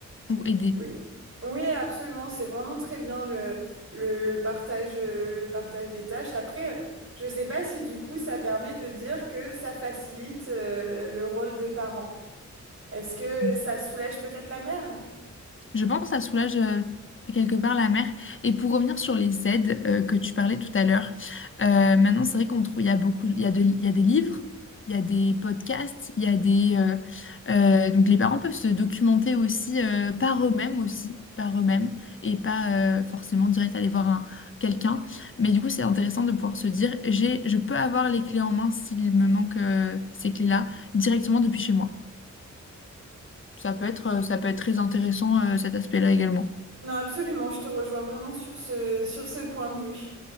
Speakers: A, on the left (about 40°); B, on the right (about 40°).
A: pour aider.
B: Oui. Oui, absolument. C'est vraiment très bien le, le, le partage, euh, le partage des tâches. Après, euh, je sais pas si du coup, ça permet de dire que ça facilite euh, le rôle de parent. Est-ce que
A: Mm.
B: ça soulage peut-être la mère?
A: Je pense que ça soulage euh, quelque part la mère. Et pour revenir sur les aides euh, que tu parlais tout à l'heure, euh, maintenant c'est vrai qu'on trouve, il y a beaucoup, il y a de- il y a des livres, il y a des podcasts, il y a des euh, euh, donc les parents peuvent se documenter aussi euh, par eux-mêmes aussi, par eux-mêmes et pas euh, forcément direct aller voir un- quelqu'un. Mais du coup c'est intéressant de pouvoir se dire j'ai, je peux avoir les clés en main s'il me manque euh, ces clés-là directement depuis chez moi. Ça peut être, euh, ça peut être très intéressant, euh, cet aspect-là également.
B: Non, absolument. Je te rejoins vraiment sur ce, sur ce point de vue.